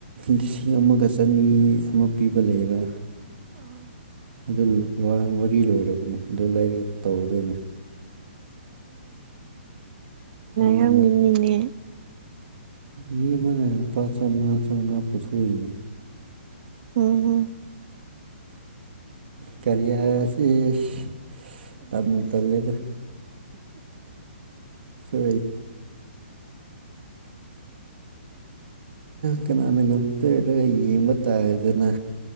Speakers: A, on the right; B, on the right.
A: ꯂꯤꯁꯤꯡ ꯑꯃꯒꯥ ꯆꯅꯤ ꯑꯃ ꯄꯤꯕ ꯂꯩꯕ
B: ꯑꯣ
A: ꯑꯗꯨ ꯋꯥꯔꯤ ꯂꯣꯏꯔꯕꯅꯦ ꯑꯗꯨ ꯂꯩꯥꯏꯔꯒ ꯇꯧꯗꯣꯏꯅꯦ ꯃꯤ
B: ꯌꯥꯝꯒꯤꯅꯤꯅꯦ
A: ꯑꯃ ꯃꯤ ꯑꯃꯅꯦ ꯂꯨꯄꯥ ꯆꯥꯃꯉꯥ ꯆꯥꯝꯃꯉꯥ ꯄꯨꯊꯣꯛꯏꯅꯦ
B: ꯑꯣꯝ
A: ꯀꯔꯤꯌꯥ ꯑꯁꯤ ꯑꯁꯤ ꯇꯥꯟꯅ ꯇꯂꯦ ꯁ ꯀꯅꯥꯅ ꯉꯝꯗꯣꯏꯔꯒ ꯌꯦꯡꯕ ꯇꯥꯔꯗꯅ